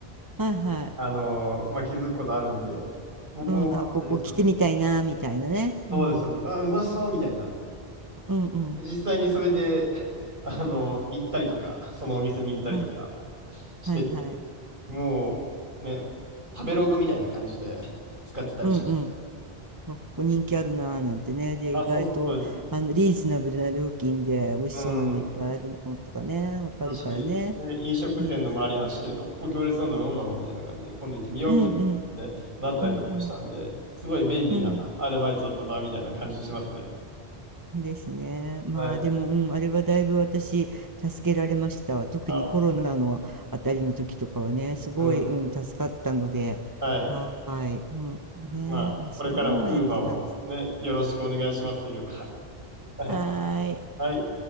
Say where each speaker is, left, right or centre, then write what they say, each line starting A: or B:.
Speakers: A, on the right (about 20°); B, on the right (about 55°).
A: はいはい。
B: あのーまあ、気づくことあるんで、僕も、
A: うん。あ、
B: あれですよ。
A: ここ来てみたいな、みたいなね。
B: そうです、
A: うん。
B: そうです。あ、うまそうみたいな。
A: うんうん。
B: 実際にそれで、<laughs> あの行ったりとか、そのお店に行ったりとか
A: はい。
B: してて、
A: はいはい。
B: もう、ね、食べログみたいな感じで <laughs> 使ってたりしますね。
A: うんうん。わここ人気あるなーなんてね。で、
B: あ、
A: 意外と、
B: そうそう、そうです。
A: あの、リーズナブルな料金で美味しそうなのいっぱいあるのとかね、
B: うん。
A: わかるからね。
B: だし、で、飲食店の周り走ってると、
A: いいです。
B: ここ行列なんだ、どうだろうみたいな感じで、今度行ってみようみたいな感じでなったりとかもしたんで、
A: うんうん。うんうん。
B: すごい便利なアルバイトだったな、
A: うん。
B: みたいな感じしますね。
A: そうですね。まあでも、
B: はい。
A: うん、あれはだいぶ私、助けられましたわ。特にコロナのあたりの時とかはね、
B: あ、
A: すごい、
B: うん。
A: うん、助かったので、
B: はい。
A: はーい。うん。ね、
B: まあ、
A: あ、そういうのもやってたんですね。
B: これからも Uber をね、よろしくお願いしますというか。はい。
A: はーい。
B: はい。